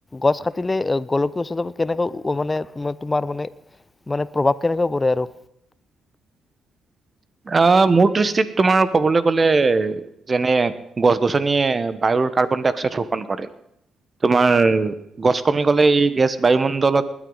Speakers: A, on the left (about 30°); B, on the right (about 30°).
A: গছ কাটিলে গোলকীয়া উষনতা কেনেকৈ মানে তোমাৰ মানে -মানে প্ৰভাৱ কেনেকৈ পৰে আৰু?
B: আহ', মোৰ দৃষ্টিত তোমাৰ ক'বলৈ গলে, যেনে গছ -গছনিয়ে বায়ুৰ কাৰ্বন -ডাই -অক্সাইড শোষন কৰে, তোমাৰ গছ কমি গলে এই গেছ বায়ুমণ্ডলত